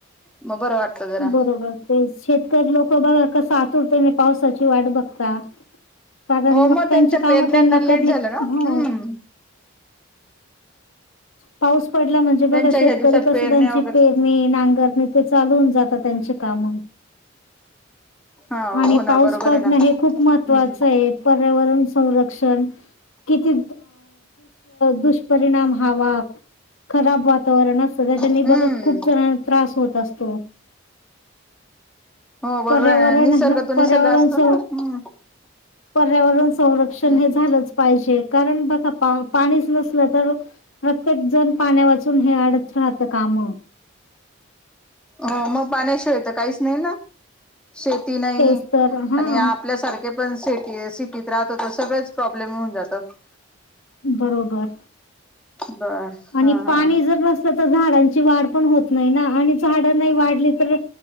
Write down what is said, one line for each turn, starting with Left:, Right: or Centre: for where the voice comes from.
Centre: मग बरं वाटतं जरा
Left: बरोबर ते शेतकरी लोक बघ कस आतुरतेने पावसाची वाट बघ ता कारण
Centre: हो
Left: मगं
Centre: मग
Left: त्यांचे
Centre: त्यांच्या
Left: काम
Centre: पेरण्यांना
Left: त्यांना
Centre: लेट
Left: करणे
Centre: झालं ना
Left: ह
Centre: हम्म
Left: पाऊस पडला म्हणजे बघा
Centre: त्यांच्या
Left: शेतकरी
Centre: ह्या दिवसात
Left: कस
Centre: पेरण्या
Left: त्यांची
Centre: वगैरे
Left: पेरणी नांगरणी ते चालवून होऊन जात आता त्यांची काम
Centre: हा
Left: आणि
Centre: हो ना
Left: पाऊस
Centre: बरोबर
Left: पडणं
Centre: आहे ना हम्म
Left: हे खूप महत्वाचं हाय पर्यावरण संरक्षण किती दुष्परिणाम हवा खराब वातावरण असत त्याच्या
Centre: हम्म
Left: बघा खूप जणांना त्रास होत होत असतो
Centre: हो बरोबर
Left: पर्यावरण
Centre: निसर्ग तो निसर्ग
Left: पर्यावरणच
Centre: असतो ना हम्म
Left: पर्यावरण संरक्षण
Centre: हम्म
Left: हे झालंच पाहिजे कारण बघा पाणी तर प्रत्येक जण पाण्या वाचून हे अडत राहत काम <unintelligible>
Centre: हो मगं पाण्याशिवाय तर काहीच नाही ना शेती नाही
Left: तेच तर हा
Centre: आणि आपल्यासारखे पण से सिटीत राहत होत सगळंच प्रॉब्लेम होऊन जातातं.
Left: बरोबर.
Centre: बर
Left: आणि
Centre: हा हा
Left: पाणी जर नसलं तर झाडांची वाढ पण होत नाही ना आणि झाड नाही वाढली तर